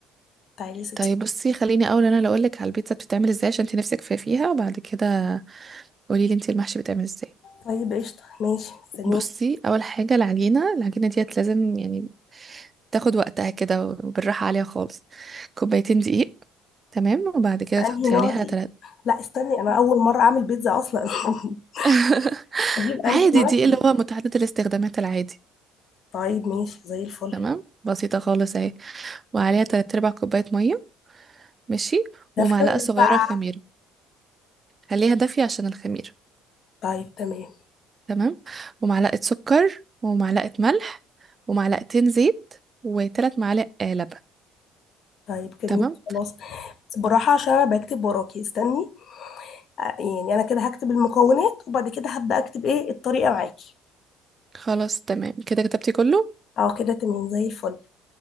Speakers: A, on the left (about 60°); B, on the right (about 35°).
A: تعالي يا ستي
B: طيب بصي خليني اول انا اللي اقول لك على البيتزا بتتعمل ازاي عشان انت نفسك في فيها وبعد كده قولي لي انت المحشي بيتعمل ازاي
A: طيب قشطه ماشي مستنيك
B: بصي اول حاجه العجينه العجينه ديت لازم يعني تاخد وقتها كده وبالراحه عليها خالص كوبايتين دقيق تمام وبعد كده
A: بأنهي
B: تحطي
A: نوع
B: عليها
A: دي
B: تلات
A: لا استني انا اول مره اعمل بيتزا اصلا <laughs>
B: <laughs>
A: اجيب انهي
B: عادي
A: نوع
B: دقيق
A: دي
B: اللي هو متعدد الاستخدامات العادي
A: طيب ماشي زي الفل
B: تمام بسيطه خالص اهي وعليها تلات ارباع كوبايه ميه ماشي
A: دافيه
B: ومعلقه
A: ولا
B: صغيره
A: ساقعه
B: خميره خليها دافيه عشان الخميره
A: طيب تمام
B: تمام ومعلقه سكر ومعلقه ملح ومعلقتين زيت وثلاث معالق آه، لبن
A: طيب جميل
B: تمام
A: خلاص بس بالراحه عشان انا بكتب وراكي استني يعني انا كده هكتب المكونات وبعد كده هبدا اكتب ايه الطريقه معاكي
B: خلاص تمام كده كتبتي كله
A: اه كده تمام زي الفل